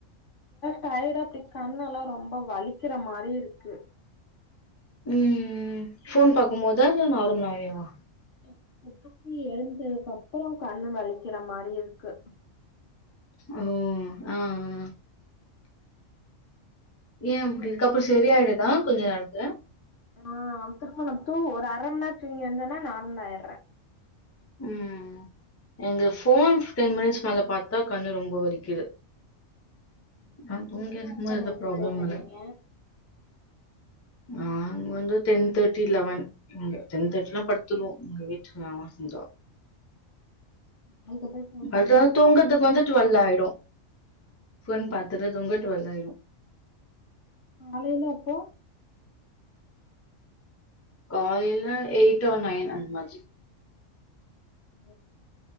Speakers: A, on the left; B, on the left.
A: டயேடா அப்டி கண்ணெல்லா ரொம்ப வலிக்கிற மாரி இருக்கு
B: ம் ஃபோன் பாக்கும் போதா இல்ல நார்மலாவேவா
A: அ நைட் தூங்கி எழுந்ததுக்கு அப்புறோ கண்ணு வலிக்கிற மாரி இருக்கு
B: ஓ ஆ ஆ யேன்
A: என்ன
B: அப்டி
A: பண்றது
B: இதுக்கப்றோ செரி ஆயிடுதா கொஞ்ச நேரத்துல
A: ஆ அது திரும்ப நம்ம தூ ஒரு அர மணி நேரோ தூங்கி எழுந்தன்ன நார்மல் ஆயர்றே
B: ம் எங்க ஃபோன் டென் மினிட்ஸ் மேல பாத்தா கண்ணு ரொம்ப வலிக்குது
A: ஆமா
B: நான்
A: நீங்கல்லா
B: தூங்கி எந்திரிக்கும்போது
A: எப்ப நைட்டு
B: எந்த ப்ராப்ளமும்
A: தூங்குவீங்க
B: இல்ல. நாங்க வந்து டென் தேர்ட்டி லெவன் நாங்க டென் தேர்ட்டிலா படுத்துருவோ எங்க வீட்டு <unintelligible> செஞ்சா
A: அதுக்கப்புறோ ஃபோன்
B: அதா
A: பாக்க மாட்டீங்களா
B: தூங்குறதுக்கு வந்து டுவெல் ஆயிடு ஃபோன் பாத்துட்டு தூங்க டுவெல் ஆயிரு
A: காலைல அப்போ
B: காலைல எயிட் ஆர் நைன் அந்த மாதிரி
A: <unintelligible>